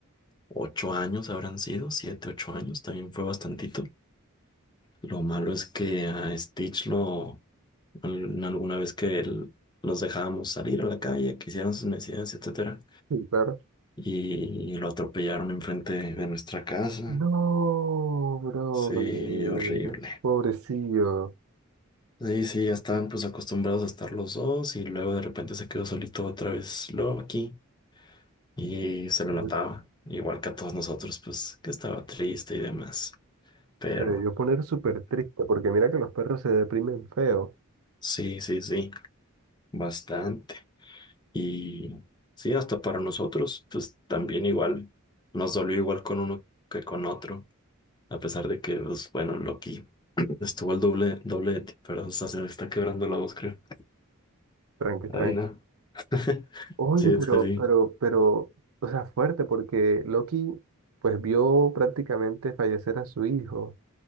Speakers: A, on the left (about 20°); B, on the right (about 80°).
A: ocho años habrán sido, siete, ocho años, también fue bastantito. Lo malo es que a Stitch lo, al- alguna vez que él- los dejábamos salir a la calle, que hicieran sus necesidades, etcétera,
B: Sí, claro.
A: y lo atropellaron enfrente de nuestra casa.
B: No, brother.
A: Sí, horrible.
B: Pobrecillo.
A: Sí, sí, ya estaban pues acostumbrados a estar los dos y luego de repente se quedó solito otra vez Loki. Y se lo
B: Se
A: notaba, igual que a todos nosotros, pues que estaba triste y demás. Pero
B: se debió poner súper triste porque mira que los perros se deprimen feo.
A: sí, sí, sí, bastante. Y sí, hasta para nosotros, pues también igual, nos dolió igual con uno que con otro, a pesar de que, pues bueno, Loki estuvo el doble, doble de ti, pero hasta se me está quebrando la voz, creo.
B: Tranqui,
A: Ay,
B: tranqui.
A: no. <laughs>
B: Oye,
A: Sí,
B: pero,
A: sí, sí.
B: pero, pero, o sea, fuerte porque Loki pues vio prácticamente fallecer a su hijo.